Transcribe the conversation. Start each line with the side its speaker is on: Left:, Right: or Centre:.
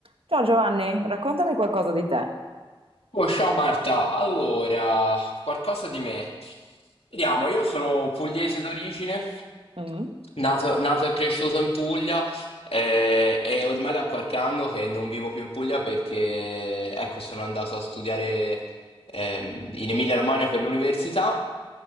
Right: Ciao Giovanni, raccontami qualcosa di te.
Left: Oh, ciao Marta, allora, qualcosa di me. Vediamo, io sono pugliese d'origine,
Right: Mm.
Left: nato, nato e cresciuto in Puglia eh, e ormai da qualche anno che non vivo più in Puglia perché, ecco, sono andato a studiare ehm, in Emilia-Romagna per l'università